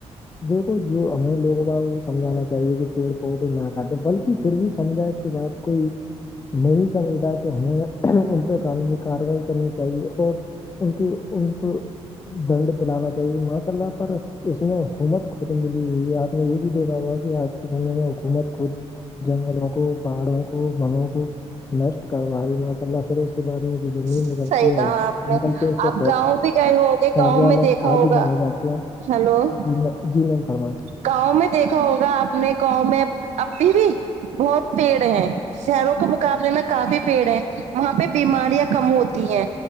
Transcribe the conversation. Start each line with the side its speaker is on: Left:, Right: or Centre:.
Left: دیکھو جو ہمیں لوگوں سجھانا چاہیے کہ پیڑ پودے نہ بلکہ پھر بھی سمجھا اس کے بعد کوئی نہیں سمجھتا تو ہمیں ان پ قانونی کاروائی کرنی چاہیے اور ان کے <unintelligible> ان کو دنڈ دلانا چاہیے ماشاء اللہ پر اس میں حکومت خودم ملی ہوئی ہے آپ نے یہ بھی دیکھا ہوا کہ آج کے سمے میں حکومت خود جنگلوں کو <unintelligible> پہاڑوں کو بانووں کو نشٹ کرواری ماشاء اللہ پھر اس کے بعد میں جو زمین
Right: صحیح
Left: نکلتی ہے
Right: کہا آپ نے
Left: نکلتے اس کا
Right: آپ گاؤں بھی گئے ہوگے
Left: کاریال
Right: گاؤں میں دیکھا ہوگا
Left: آدی بنائے جاتے ہیں
Right: ہیلو
Left: جی جی میم فرمائیں
Right: گاؤں میں دیکھا ہوگا اپپنے گاؤں میں ابھی بھی بہت پیڑ ہیں شہروں کے مقابلے میں کافی پیڑ ہے وہاں پہ بیماریاں کم ہوتی ہیں